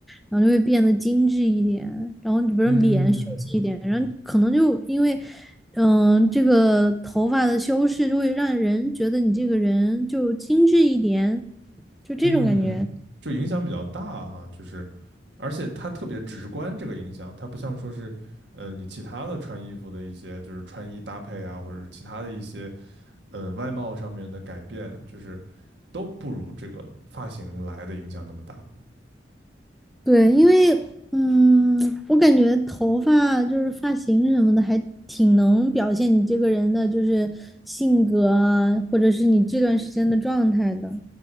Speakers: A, in the centre; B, on the right.
A: 然后就会变得精致一点。然后你比如说脸秀气一点，
B: 嗯，
A: 然后可能就因为，嗯、这个头发的修饰就会让人觉得你这个人就精致一点，就这种感觉。
B: 嗯，就影响比较大哈，就是，而且它特别直观，这个影响，它不像说是，呃，你其他的穿衣服的一些，就是穿衣搭配啊，或者是其他的一些，呃，外貌上面的改变，就是都不如这个发型来的影响那么大。
A: 对，因为嗯，我感觉头发就是发型什么的，还挺能表现你这个人的，就是性格啊，或者是你这段时间的状态的。